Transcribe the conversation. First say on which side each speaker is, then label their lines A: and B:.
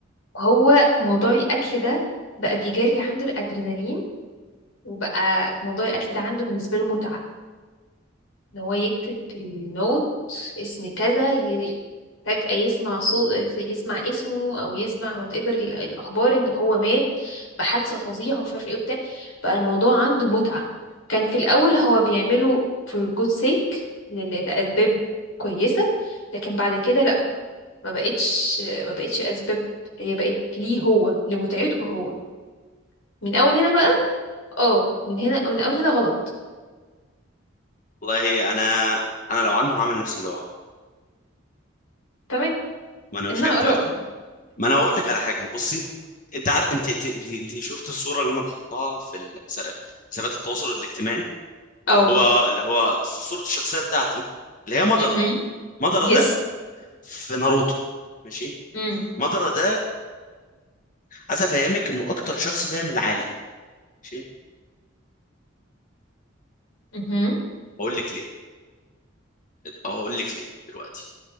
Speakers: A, on the left; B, on the left.
A: هو موضوع القتل ده بقى بيجري عنده الادرينالين وبقى موضوع القتل ده عنده بالنسبه له متعه ان هو يكتب في النوت اسم كذا ي- فجأة يسمع صوت يسمع اسمه او يسمع وات ايفر الاخبار ان هو مات بحادثة فظيعة ومش عارف ايه وبتاع بقى الموضوع عنده متعة كان في الاول هو بيعمله for good sake لل- لاسباب كويسة لكن بعد كده لا ما بقتش ما بقتش الاسباب هي بقت ليه هو لمتعته هو من اول هنا بقى اه من هنا من اول هنا غلط
B: والله انا انا لو عنه هعمل نفس اللي هو عمله
A: تمام
B: ما انا مش
A: انها
B: هكدب
A: اراء
B: عليك. ما انا هقول لك على حاجه بصي انت عارف انت انت, انت انت شفت الصوره اللي انا بحطها في الحس- حسابات التواصل الاجتماعي
A: اه
B: اللي هو اللي هو صوره الشخصيه بتاعتي اللي هي مدره
A: مهم.
B: مدره
A: يس
B: ده في ناروتو ماشي
A: امم
B: مدره ده عايز افهمك انه اكتر شخص فاهم العالم ماشي
A: امم
B: هقول لك ليه أه، هقول لك ليه دلوقتي